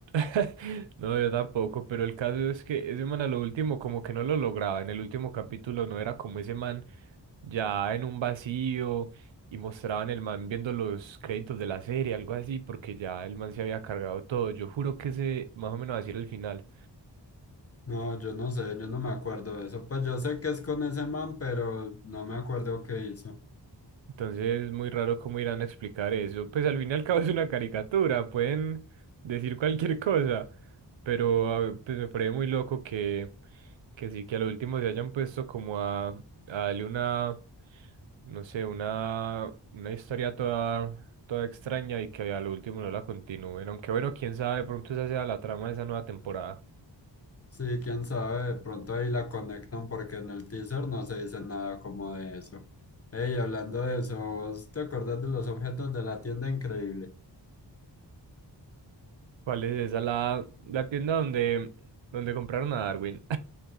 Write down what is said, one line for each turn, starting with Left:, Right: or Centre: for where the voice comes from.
Right: <laughs> No, yo tampoco, pero el caso es que ese man a lo último como que no lo lograba. En el último capítulo no era como ese man ya en un vacío y mostraban el man viendo los créditos de la serie, algo así, porque ya el man se había cargado todo. Yo juro que ese más o menos así era el final.
Left: No, yo no sé, yo no me acuerdo de eso. Pues yo sé que es con ese man, pero no me acuerdo qué hizo.
Right: Entonces, muy raro cómo irán a explicar eso. Pues al fin y al cabo <laughs> es una caricatura, pueden decir cualquier cosa, pero a ver, pues me parece muy loco que, que sí, que a lo último se hayan puesto como a, a darle una, no sé, una, una historia toda, toda extraña y que a lo último no la continúen. Aunque bueno, quién sabe, de pronto esa sea la trama de esa nueva temporada.
Left: Sí, quién sabe, de pronto ahí la conectan porque en el teaser no se dice nada como de eso. Ey, hablando de eso, ¿vos te acordás de los objetos de la tienda increíble?
Right: ¿Cuál es esa? La, la tienda donde, donde compraron a Darwin.